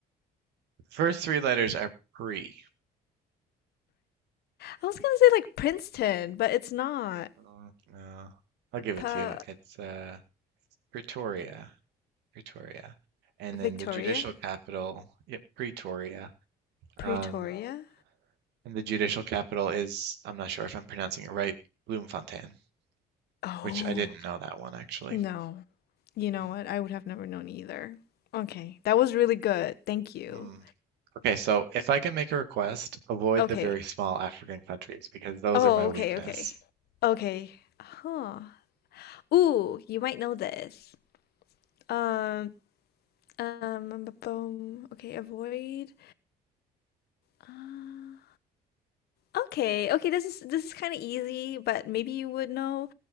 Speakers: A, on the right; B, on the left.
A: First three letters are pre.
B: I was gonna say like Princeton, but it's not.
A: Oh, no. I'll give
B: Pa
A: it to you. It's uh Pretoria. Pretoria. And
B: Victoria?
A: then the judicial capital, yep, Pretoria.
B: Pretoria?
A: Um, and the judicial capital is, I'm not sure if I'm pronouncing it right, Bloemfontein,
B: Oh,
A: which I didn't know that one actually.
B: no. You know
A: Mm,
B: what? I would have never known either. Okay, that was really good. Thank you.
A: mm. Okay, so if I can make a request, avoid
B: Okay.
A: the very small African countries because those
B: Oh,
A: are my weakness.
B: okay, okay. Okay. Huh. Ooh, you might know this. Um, um, bu- bum. okay, avoid. Uh, okay, okay, this is this is kind of easy, but maybe you would know.